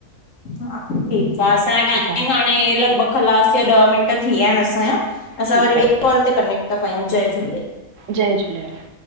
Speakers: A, on the left; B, on the right.
A: हा ठीक आ असांयं टाइमिंग
B: ठीकु आहे
A: हाणे लॻभॻ कलास या ॾह मिंट थी विया आहिन असांया। असां
B: ठीकु
A: वरी
B: आहे
A: ॿिए कॉल ते कनेक्ट थ कयूं जय झूलेलाल।
B: जय झूलेलाल।